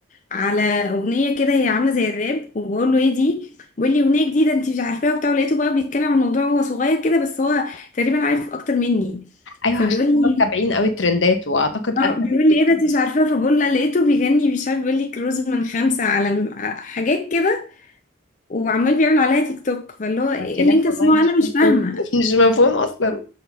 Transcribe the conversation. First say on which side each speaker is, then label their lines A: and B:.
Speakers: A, on the left; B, on the left.
A: على اغنيه كده هي عامله زي الراب وبقول له ايه دي بيقول لي اغنيه جديده انت مش عارفاها وبتاع لقيته بقى بيتكلم عن الموضوع وهو صغير كده بس هو تقريبا عارف اكتر مني
B: ايوه
A: فبيقول
B: عشان
A: لي
B: هم متابعين قوي الترندات واعتقد
A: اه
B: اغلب
A: بيقول
B: التيك
A: لي ايه ده
B: توك
A: انت
B: بتاع
A: مش عارفه فبقول لها لقيته بيغني مش عارف بيقول لي كروز من خمسه على م- ع- حاجات كده وعمال بيعمل عليها تيك توك فاللي هو ايه
B: هو كلام
A: اللي انت
B: والله
A: بتسمعه
B: مش
A: انا مش
B: مفهوم
A: فاهمه
B: <laughs> مش مفهوم اصلا